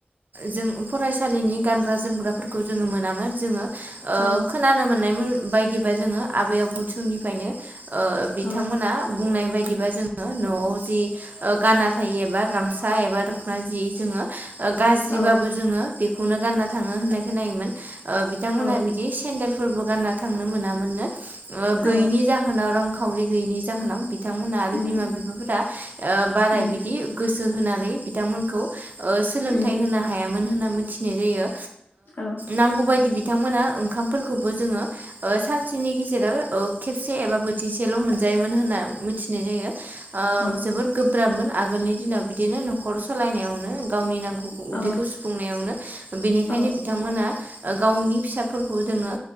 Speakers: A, on the right (about 55°); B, on the left (about 70°).
A: जों फरायसालिनि गानग्रा जोमग्राफोरखौ जोङो मोनामोन ज
B: औ
A: खोन मोननाय बायदिबा जोङो आबै आबौ समनिफ्रायनो ओ बिथांमोना
B: औ
A: बुंनाय बायदि बिदिबा जोङो न'आव जि गाना थायो एबा गामसा एबा जि जोङो गाज्रिबाबो
B: औ
A: जोङो बेखौनो गानना थाङो होननाय खोनायोमोन ओ बिथांमोनहा
B: औ
A: बिदि सेन्देलफोरबो गानना थांनो मोनामोननो गैयिनि
B: औ
A: जाहोनाव रां निखावरि गैयैनि जाहोनाव बिथांमोनहा आरो
B: उम
A: बिमा बिफाफोरा ओ बारा
B: उम
A: बिदि गोसो होनानै बिथांमोनखौ सोलोंथाइ
B: उम
A: होनो हायामोन होनना मिथिनाय जायो
B: औ
A: नांगौबायायदि बिथांमोना ओंखामफोरखौबो जोङो सानसेनि गेजेराव खेबसे एबा बोथिसेल' मोनजायोमोन होनना मिथिनाय जायो ओ
B: औ
A: जोबोर गोब्राबमोन आगोलनि दिनाव बिदिनो न'खर सालायनायावनो गावनि नांगौ
B: औ
A: उदैखौ सुफुंनायावनो बेनिखायनो
B: औ
A: बिथांमोना गावनि फिसाफोरखौ जोङो